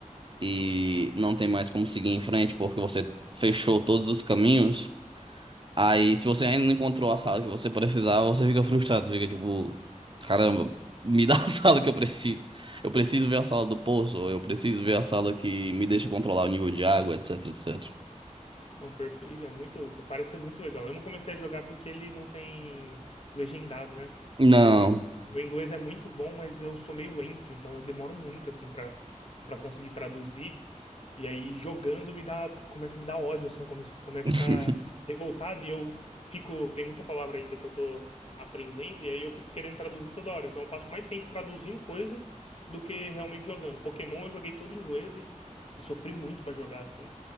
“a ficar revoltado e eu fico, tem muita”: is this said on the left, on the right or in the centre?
Left